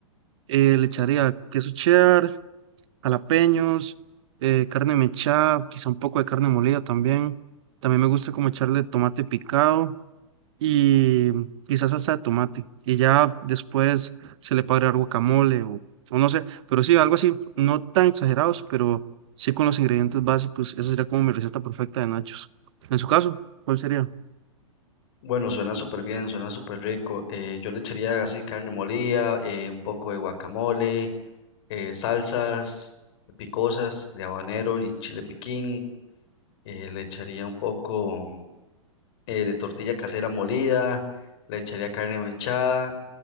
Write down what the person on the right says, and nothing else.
Eh, le echaría queso cheddar, jalapeños, eh, carne mechada, quizá un poco de carne molida también. También me gusta como echarle tomate picado y quizás salsa de tomate. Y ya después se le puede agregar guacamole o, o no sé, pero sí, algo así, no tan exagerados, pero sí con los ingredientes básicos. Esa sería como mi receta perfecta de nachos. En su caso, ¿cuál sería?